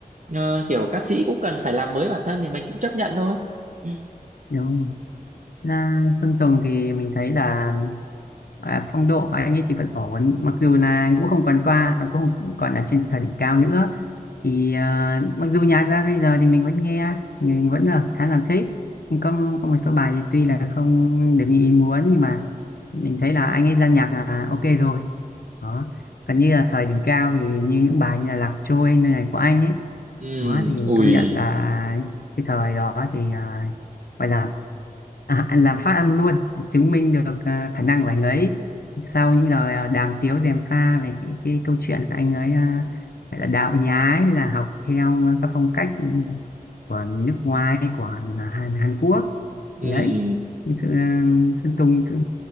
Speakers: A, on the right; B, on the left.
A: ờ, kiểu ca sĩ cũng cần phải làm mới bản thân thì mình cũng chấp nhận thôi ừ
B: đúng rồi là Sơn Tùng thì mình thấy là à, phong độ của anh ấy thì vẫn ổn mặc dù là anh cũng không còn qua à, cũng không còn ở trên thời đỉnh cao nữa thì à, mặc dù nhạc ra bây giờ thì mình vẫn nghe mình vẫn là khá là thích nhưng có có một số bài thì tuy là không được như ý muốn nhưng mà mình thấy là anh ấy ra nhạc là ok rồi đó còn như là thời đỉnh cao thì như những bài như là Lạc Trôi nơi này của anh ấy
A: ừ
B: đó thì
A: ui
B: công nhận là cái thời đó thì à, gọi là à, anh làm phát ăn luôn chứng minh được à, khả năng của anh ấy sau những lời à, đàm tiếu dèm pha về cái, cái câu chuyện anh ấy à, phải là đạo nhái là học theo các phong cách của nước ngoài của Hàn, Hàn Quốc
A: ừ
B: thì đấy cái sự à, Sơn Tùng tự,